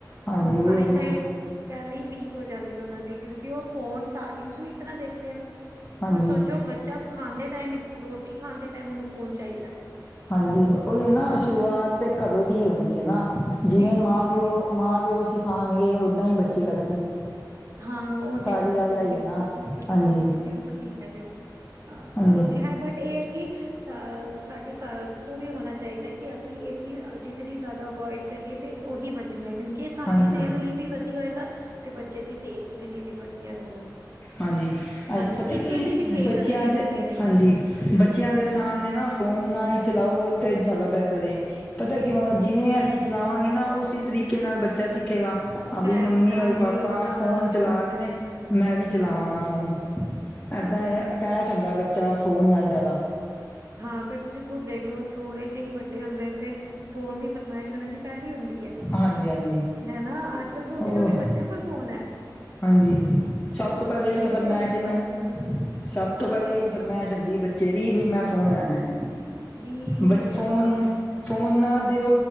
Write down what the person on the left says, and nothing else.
ਹਾਂਜੀ ਉਹੀ
ਤੇ
ਹਾਂਜੀ
ਹਾਂਜੀ ਉਹੀ ਹੈ ਨਾ ਸ਼ੁਰੂਆਤ ਤੇ ਕਦੋਂ ਦੀ ਹੁੰਦੀ ਹੈ ਨਾ ਜਿਵੇਂ
ਮਾਂ
ਪਿਓ
ਮਾਂ ਪਿਓ ਸਿਖਾਉਣਗੇ ਓਦਾਂ ਹੀ ਬੱਚੇ ਕਰਨਗੇ।
ਸਾਰੀ
ਗੱਲ
ਆਈ
ਨਾ
ਹਾਂਜੀ
ਹਾਂਜੀ
ਹਾਂਜੀ
ਹਾਂਜੀ,
ਅ ਪਤਾ
ਕਿ
ਬੱਚਿਆਂ
ਦੇ
ਹਾਂਜੀ
ਬੱਚਿਆਂ
ਦੇ ਸਾਮਣੇ ਨਾ ਫੋਨ ਨਾ ਹੀ ਚਲਾਓ ਤੇ ਜ਼ਿਆਦਾ ਬਿਹਤਰ ਐ, ਪਤਾ ਕਿਉਂ ਜਿਵੇਂ
ਅਸੀਂ ਚਲਾਵਾਂਗੇ ਨਾ, ਉਸੇ ਤਰੀਕੇ ਨਾਲ ਬੱਚਾ ਸਿੱਖੇਗਾ। ਹਾ
ਵੀ ਮੰਮੀ
ਉਹਦੇ ਪਾਪਾ
ਫੋਨ
ਚਲਾ ਦੇ
ਨੇ,
ਮੈਂ
ਵੀ ਆਵਾਂ
ਫੋਨ
ਏਦਾਂ ਇਹ
ਅਟੈਚ
ਹੁੰਦਾ ਐ, ਬੱਚਾ ਫੋਨ ਨਾਲ ਜ਼ਿਆਦਾ।
ਹਾਂਜੀ ਹਾਂਜੀ
ਹੋਰ
ਹਾਂਜੀ, ਸਭ ਤੋਂ ਪਹਿਲਾਂ ਏਹੀ ਉਹ ਫਰਮੈਸ਼
ਐ,
ਮੈਨੂੰ ਸਭ
ਸਭ ਤੋਂ ਪਹਿਲੇ ਏਹੀ ਓ ਫਰਮੈਸ਼ ਹੁੰਦੀ ਬੱਚੇ ਦੀ ਬੀ ਮੈਂ ਫੋਨ ਲੈਣਾ ਐ,
ਬੱਚੇ ਫੋਨ
ਫੋਨ ਨਾ ਦਿਓ